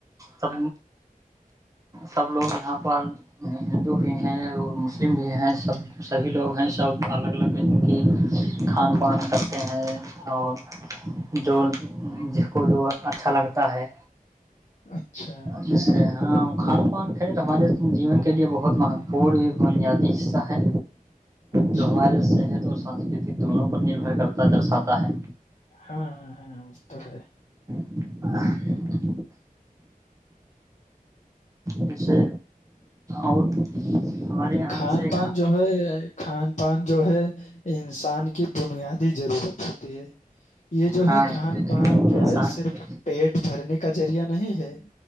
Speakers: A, on the right (about 20°); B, on the left (about 55°).
A: سب سب لوگ یہاں پر ہندو بھی ہیں اور مسلم بھی ہیں سب سبھی لوگ ہیں سب الگ الگ قسم کی کھان پان کرتے ہیں اور جو جس کو جو اچھا لگتا ہے
B: اچھا
A: جسے ہاں کھان پان کھیل ہمارے جیون کے لیے بہت مہتوپورن بنیادی حصہ ہے
B: اچھا
A: جو ہمارے صحت اور سنسکرتی دونوں پر نربھر کرتا درشاتا ہے
B: ہاں ہاں ہاں م تو سر
A: <unintelligible> جسے اور ہمارے یہاں
B: کھان
A: سے
B: پان جو ہے کھان پان جو ہے انسان کی بنیادی ضرورت ہوتی ہے یہ جو
A: ہاں
B: ہے کھان
A: انسان
B: پان جو ہے صرف
A: کی
B: پیٹ بھرنے کا ذریعہ نہیں ہے